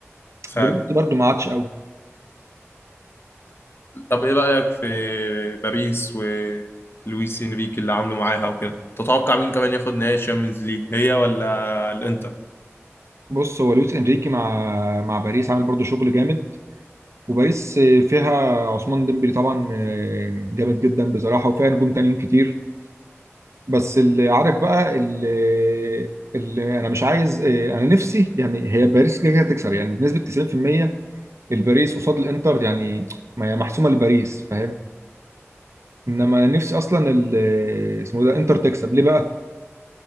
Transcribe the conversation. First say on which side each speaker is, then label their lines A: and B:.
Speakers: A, on the left; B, on the right.
A: فعلا
B: دلوقتي برضه ما عادش قوي.
A: طب إيه رأيك في باريس ولويس إنريكي اللي عامله معاها وكده تتوقع مين كمان ياخد نهائي الشامبيونز ليج هي ولا الإنتر
B: بص هو لويس انريكي مع مع باريس عامل برضه شغل جامد وباريس فيها عثمان ديمبلي طبعا آه، جامد جدا بصراحه وفيها نجوم تانيين كتير بس اللي عارف بقى اللي, اللي انا مش عايز آه، انا نفسي يعني هي باريس كده كده هتكسب يعني بنسبه 90% الباريس قصاد الانتر يعني ما هي محسومه لباريس فاهم انما نفسي اصلا ال- آه، اسمه ده انتر تكسب ليه بقى